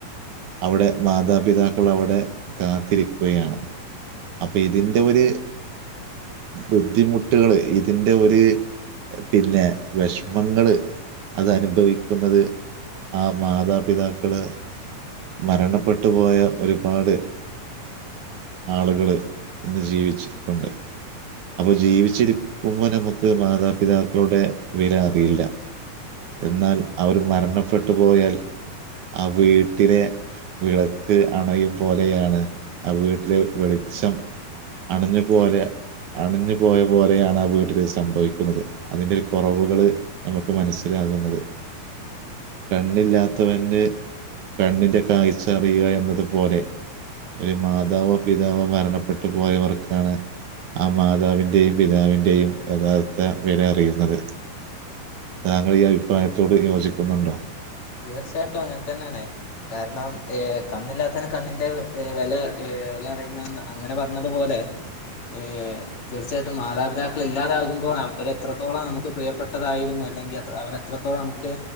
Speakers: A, on the right (about 60°); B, on the left (about 50°).
A: അവിടെ മാതാപിതാക്കൾ അവിടെ കാത്തിരിക്കുകയാണ്. അപ്പൊ ഇതിന്റെ ഒരു ബുദ്ധിമുട്ടുകള് ഇതിന്റെ ഒരു പിന്നെ വിഷമങ്ങള് അതനുഭവിക്കുന്നത് ആ മാതാപിതാക്കള് മരണപ്പെട്ടു പോയ ഒരുപാട് ആളുകള് ഇന്ന് ജീവിച്ചിരിപ്പുണ്ട് അപ്പം ജീവിച്ചിരിക്കുമ്പം നമുക്ക് മാതാപിതാക്കളുടെ വില അറിയില്ല എന്നാൽ അവർ മരണപ്പെട്ടു പോയാൽ ആ വീട്ടിലെ വിളക്ക് അണയും പോലെയാണ് ആ വീട്ടിലെ വെളിച്ചം അണഞ്ഞു പോലെയാ അണഞ്ഞു പോയ പോലെയാണ് ആ വീട്ടില് സംഭവിക്കുന്നത് അതിന്റെ ഒരു കൊറവുകള് നമുക്ക് മനസ്സിലാകുന്നത് കണ്ണില്ലാത്തവന്ന് കണ്ണിന്റെ കാഴ്ച അറിയുക എന്നതു പോലെ ഒരു മാതാവോ പിതാവോ മരണപ്പെട്ടു പോയവർക്കാണ് ആ മാതാവിന്റെയും പിതാവിന്റെയും യഥാർത്ഥ വില അറിയുന്നത് താങ്കള് ഈ അഭിപ്രായത്തോട് യോജിക്കുന്നുണ്ടോ?
B: തീർച്ചയായിട്ടും അങ്ങൻ തന്നേണ് കാരണം ഏഹ് കണ്ണില്ലാത്തവന് കണ്ണിന്റെറെ വെല വെല അറിയില്ലാന്ന് അങ്ങനെ പറഞ്ഞതു പോലെ ഏഹ് തീർച്ചയായിട്ടും മാതാപിതാക്കള് ഇല്ലാതാകുമ്പോളാണ് അവര് എത്രത്തോളം നമുക്ക് പ്രിയപ്പെട്ടതായിരുന്നു അല്ലെങ്കി അത്ര അവര എത്രത്തോളം നമുക്ക്